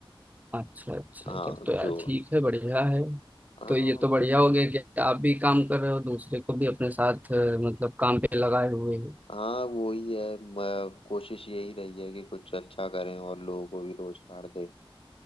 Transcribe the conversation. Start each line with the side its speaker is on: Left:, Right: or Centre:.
Right: अच्छा अच्छा
Left: हाँ
Right: तब तो यार
Left: जो
Right: ठीक है बढ़िया है
Left: हाँ
Right: तो ये तो बढ़िया हो गया कि आप भी काम कर रहे हो दूसरे को भी अपने साथ अ, मतलब काम पे लगाए हुए हो
Left: हाँ वो ही है म- कोशिश यही रही है कि कुछ अच्छा करें और लोगों को भी रोजगार दें